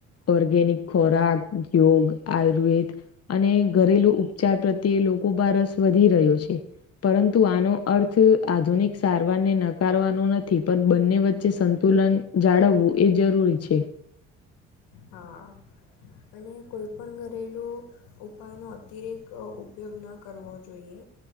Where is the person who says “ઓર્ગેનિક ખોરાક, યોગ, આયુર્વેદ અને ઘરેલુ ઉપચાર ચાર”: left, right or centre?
Left